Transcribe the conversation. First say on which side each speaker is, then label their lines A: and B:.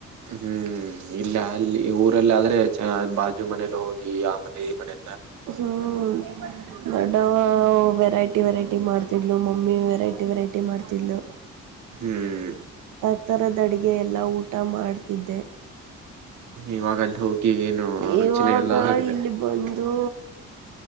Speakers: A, on the right; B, on the right.
A: ಹ್ಮ್ ಇಲ್ಲ ಅಲ್ಲಿ ಊರಲ್ಲಿ ಆದ್ರೆ ಬಾಜು ಮನೇಲಿ ಹೋಗಿ ಆ ಮನೆ ಈ ಮನೆ.
B: ಹ್ಮ್ ದೊಡ್ಡವಾ ವೆರೈಟಿ ವೆರೈಟಿ ಮಾಡ ಡ್ತಿದ್ಲು ಮಮ್ಮಿ ವೆರೈಟಿ ವೆರೈಟಿ ಮಾಡ್ತಿದ್ಲು.
A: ಹ್ಮ್
B: ಆ ತರದ ಅಡಗೆ ಎಲ್ಲಾ ಊಟ ಮಾಡ್ತಿದ್ದೆ.
A: ಇವಾಗ ಅಲ್ಲಿ ಹೋಗಿ ಏನು
B: ಇವಾಗ
A: ರುಚಿನೇ ಎಲ್ಲಾ ಆಗಿದೆ.
B: ಇಲ್ಲಿ ಬಂದು